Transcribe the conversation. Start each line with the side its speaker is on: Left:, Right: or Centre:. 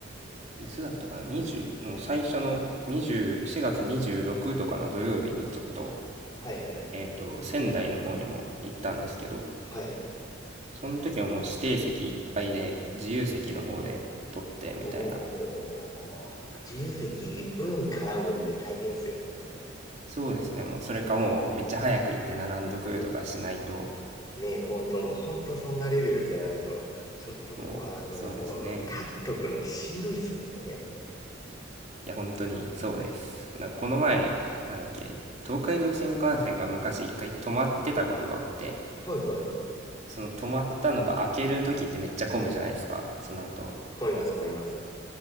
Right: いつだったかな ?20、もう最初の20、4月26とかの土曜日にちょっと、
Left: はいはいはい。
Right: えっと、仙台の方にも行ったんですけど、
Left: はい。
Right: その時はもう指定席いっぱいで、自由席の方で取ってみたいな。
Left: おー、ほんと自由席、運絡むんで大変っすよね。
Right: そうですね。もうそれかもうめっちゃ早く行って並んどくとかしないと、
Left: ねえ、ほんと、ほんとそんなレベルじゃないと、ちょっともう、
Right: もうそうですね。
Left: あのー立っとくのしんどいっすもんね。も
Right: いや、本当にそうです。なんかこの前、なんだっけ、東海道新幹線が昔一回止まってたことがあって、
Left: うはいはいはいはい。
Right: その止まったのが開ける時ってめっちゃ混むじゃないですか、その後。
Left: 混みます、混みます。